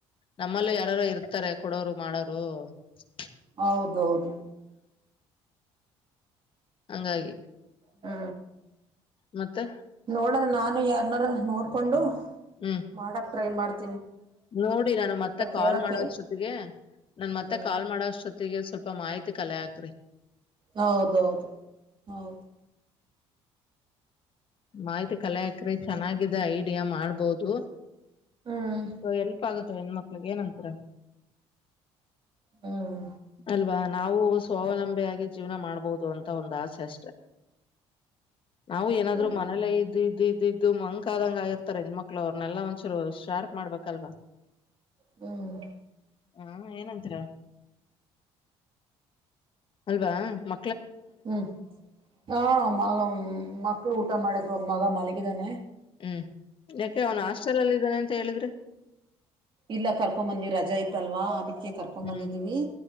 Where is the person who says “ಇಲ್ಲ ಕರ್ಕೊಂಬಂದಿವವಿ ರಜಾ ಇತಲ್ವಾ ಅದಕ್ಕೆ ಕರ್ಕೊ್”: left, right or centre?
Right